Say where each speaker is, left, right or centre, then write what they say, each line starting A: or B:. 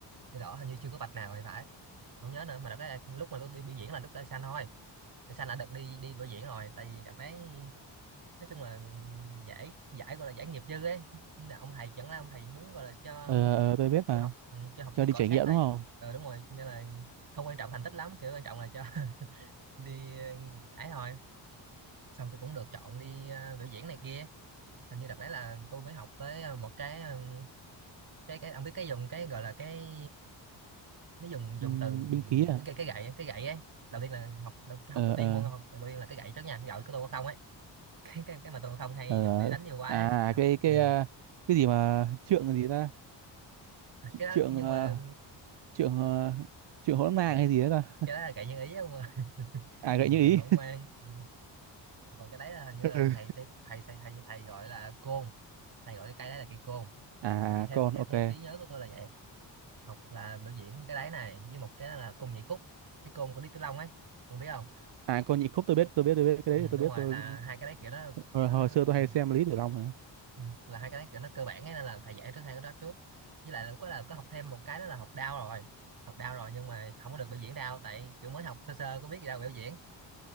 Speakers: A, on the right (about 50°); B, on the right (about 65°).
A: đai đỏ hình như chưa có vạch nào thì phải không nhớ nữa mà đợt đấy lúc mà tôi đi biểu diễn là lúc đai xanh thôi đai xanh đã được đi đi biểu diễn rồi tại vì đợt đấy nói chung là giải giải gọi là giải nghiệp dư ấy Nên là ông thầy chẳng là ông thầy muốn gọi là cho
B: Ờ, ờ, tôi biết mà.
A: kiểu học ừ, cho học
B: Cho
A: viên
B: đi
A: cọ
B: trải
A: sát
B: nghiệm
A: thôi
B: đúng không?
A: ờ đúng rồi nên là không quan trọng thành tích lắm kiểu quan trọng là cho <laughs> đi ờ, ấy thôi xong thì cũng được chọn đi ờ, biểu diễn này kia hình như đợt đấy là tôi mới học tới ờ, một cái ờ, cái cái ông biết cái dùng cái gọi là cái nó dùng dùng
B: Ừm,
A: từ
B: binh khí à
A: cái cái gậy cái gậy ấy đầu tiên là học học
B: ờ
A: đầu tiên
B: ờ
A: môn học đầu tiên là cái gậy trước nha cái gậy của tôi có không ấy <laughs> cái cái cái mà tôi không hay
B: ờ
A: dùng để
B: ờ.
A: đánh nhiều quá
B: à
A: ấy là học
B: cái cái
A: ừ.
B: ờ, cái gì mà trượng gì ta
A: À, cái đó
B: trượng
A: nhưng
B: ờ,
A: mà
B: trượng ờ, trượng hỗn mang
A: gậy-
B: hay gì đấy ta
A: cái đó là gậy nhân ý không à <laughs>
B: à
A: nhưng
B: gậy như
A: mà
B: ý
A: trường không ngoan Ừ. còn cái đấy là hình như
B: <laughs>
A: là
B: Ừ.
A: thầy sẽ thầy sẽ thầy thầy gọi là côn thầy gọi cái cây đấy là cây côn
B: à
A: hình như theo
B: con
A: theo
B: ok
A: theo trí nhớ của tôi là vậy học là biểu diễn cái đấy này với một cái là côn nhảy khúc cái côn của Lý Tử Long ấy không biết không
B: à con nhị khúc tôi biết tôi biết tôi biết cái
A: ừ,
B: đấy thì tôi
A: đúng
B: biết
A: rồi
B: tôi
A: là hai cái đấy kiểu nó
B: hồi,
A: nó
B: hồi xưa tôi
A: ừ,
B: hay xem Lý Tử Long mà
A: ừ, là hai cái đấy kiểu nó cơ bản ấy, nên là thầy dạy trước hai cái đó trước với lại là lúc đó là có học thêm một cái đó là học đao rồi học đao rồi nhưng mà không có được biểu diễn đao tại kiểu mới học sơ sơ có biết gì đâu biểu diễn